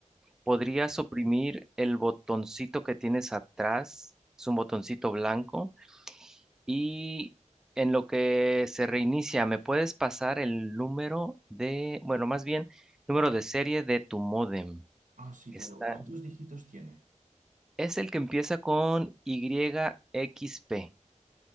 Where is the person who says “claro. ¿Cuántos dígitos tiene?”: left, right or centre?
Right